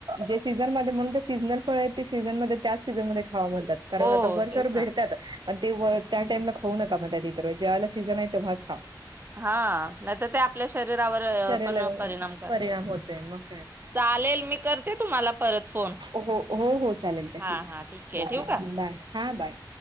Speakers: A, on the right (about 70°); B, on the right (about 30°).
A: जे सीजन म म्हणून सीझनल फळ आहे सीझन म त्याच सीझनमध्ये खावा म्हणतात कारण
B: हो
A: आता वर्षभर
B: तेच ना
A: भेटतात पण ते व त्या टाइमला खाऊ नका मधे इतर वेळे जेव्हाला सीझन आहे तेव्हाच खा.
B: हा नाही तर ते आपल्या शरीरावर
A: शरीराला
B: पण परिणाम करते.
A: परिणाम होतोय मग हो
B: चालेल मी तुम्हाला परत फोन
A: हो हो चालेल चालेल
B: हा हा ठीक आहे
A: ओके
B: ठेवू का?
A: बाय हा बाय